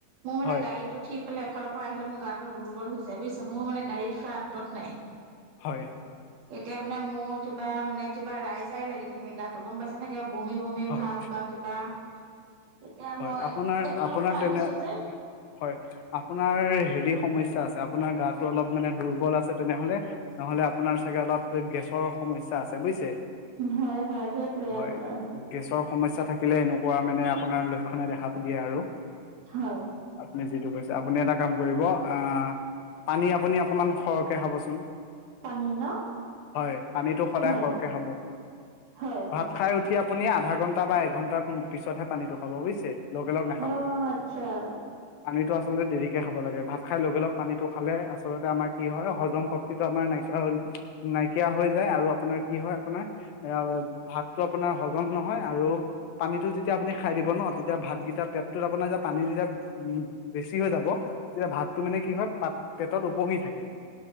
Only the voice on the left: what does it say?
হয়
হয়।
হয়
হয়
আপোনাৰ
আপোনাৰ
তেনে
হয় আপোনাৰ হেৰি সমস্যা আছে আপোনাৰ গাটো অলপ মানে দুৰ্বল আছে তেনেহলে নহ'লে- আপোনাৰ চাগে অলপ গেছৰ সমস্যা আছে বুজিছে।
হয়
গেছৰ সমস্যা থাকিলে এনেকুৱা মানে আপোনাৰ লক্ষণে দেখা দিয়ে আৰু।
আপুনি যিটো কৈছে আপুনি এটা কাম কৰিব আ- পানী আপুনি অকমান সৰহকে খাবচোন।
হয় পানীটো সদায়
সৰহকে খাব,
ভাত খাই উঠি। আপুনি আধা ঘণ্টা বা এঘণ্টাৰ পি পিছতহে পানীটো খাব বুজিছে। লগে লগ নাখাব।
পানীতটো আচলতে দেৰিকে খাব লাগে ভাত খাই লগে লগ পানীটো খালে আচলতে আমাৰ কি হয় হজম শ- শক্তিটো আমাৰ নাইকিয়া হৈ নাইকিয়া হৈ যায় আৰু আপোনাৰ কি হয় আপোনাৰ- অ' ভাতটো আপোনাৰ হজম নহয় আৰু পানীটো যেতিয়া আপুনি খাই দিব ন- তেতিয়া ভাতকেইটা পেটটো আপোনাৰ যেতিয়া পানী যেতিয়া উম বেছি হৈ যাব তেতিয়া ভাতটো মানে কি হয়- পাত পেটত উপঙি থাকে